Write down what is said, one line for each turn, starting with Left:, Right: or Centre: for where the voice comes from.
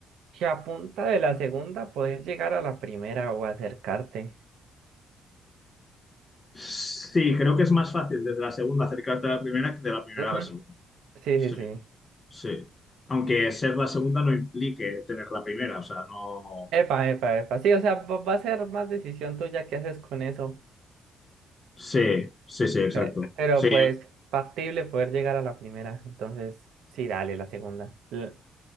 Right: que a punta de la segunda podés llegar a la primera o acercarte.
Left: Sí, creo que es más fácil desde la segunda acercarte a la primera que de la primera
Right: Ujú,
Left: a la segunda.
Right: Sí,
Left: Sí,
Right: sí, sí.
Left: sí. Aunque ser la segunda no implique tener la primera, o sea, no.
Right: Epa, epa, epa. Sí, o sea, va va a ser más decisión tuya qué haces con eso.
Left: Sí, sí, sí, exacto.
Right: Pe- Pero
Left: Sí,
Right: pues factible poder llegar a la primera. Entonces, sí, dale, la segunda. L-